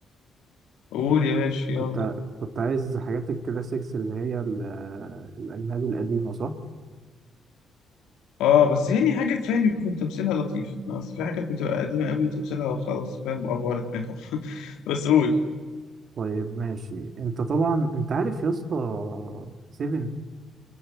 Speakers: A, on the left; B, on the right.
A: قول يا باشا يلا
B: كنت كنت عايز حاجات الكلاسيكس اللي هي ال- الأجنبي القديمة صح؟
A: اه بس يعني حاجات فاهم بيكون تمثيلها لطيف آه، اصل في حاجات بتبقى قديمه قوي تمثيلها خلاص فاهم افورت منهم <laughs> بس قول
B: طيب ماشي انت طبعا انت عارف يا اسطى 7